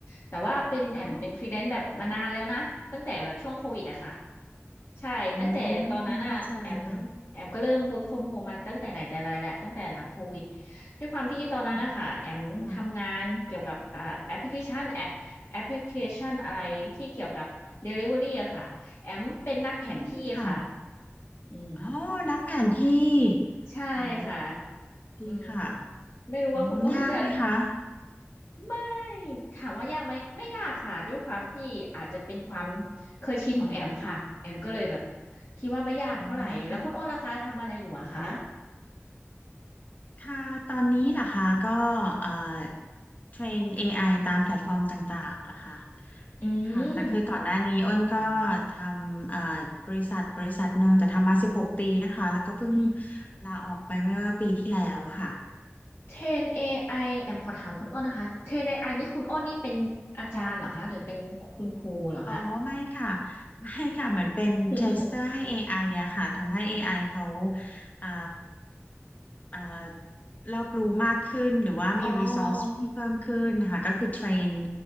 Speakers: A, on the left; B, on the left.
A: แต่ว่าเป็นแอมเป็นฟรีแลนซ์แบบมานานแล้วนะตั้งแต่แบบช่วงโควิดอะค่ะ
B: อ๋อ
A: ใช่ตั้งแต่ตอนนั้นอะแอม
B: อืมเข้าใจเลยค่ะ
A: แอมก็เริ่ม work from home มาตั้งแต่ไหนแต่ไรแล้วตั้งแต่หลังโควิดด้วยความที่ตอนนั้นนะคะแอมทำงานเกี่ยวกับอ่าแอปพลิเคชันแอปแอปพลิเคชันอะไรที่เกี่ยวกับ
B: อืมค่ะ
A: Delivery อะค่ะแอมเป็นนักแผนที่ค่ะ
B: อืมค่ะ
A: อืม
B: อ๋อนักแผนที่
A: ใช่ค่ะ
B: โอ้ดีค่ะ
A: อืมไม่รู้ว่าคุณอ้นจะ
B: อืมยากไหมคะ
A: ไม่ถามว่ายากไหมไม่ยากค่ะด้วยความที่อาจจะเป็นความเคยชินของแอมค่ะแอมก็เลยแบบคิดว่าไม่ยากเท่าไหร่แล้วคุณโอ้นล่ะคะทำอะไรอยู่อะคะ
B: อืมค่ะตอนนี้ล่ะคะก็เอ่อเทรน AI ตามแพลตฟอร์มต่างๆล่ะค่ะ
A: อืมขอ
B: ค่ะแต่คือก่อนหน้านี้อ้นก็ทำเอ่อบริษัทบริษัทหนึ่งแต่ทำมาสิบหกปีนะคะแล้วก็เพิ่ง
A: อืม
B: ลาออกไปเมื่อปีที่แล้วค่ะ
A: เทรนเอไอแอมขอถามคุณโอ้นนะคะเทรนเอไอนี่คุณโอ้นนี่เป็นอาจารย์เหรอคะหรือเป็นคุณครูเหรอคะ
B: อ๋อไม่ค่ะไม่ค่ะเหมือนเป็นเทสเตอร์ให้
A: <laughs>
B: AI อไออะค่ะทำให้ AI เขาอ่าเอ่อรอบรู้มากขึ้นหรือว่ามี
A: อ๋อ
B: resource ที่เพิ่มขึ้นค่ะก็คือเทรน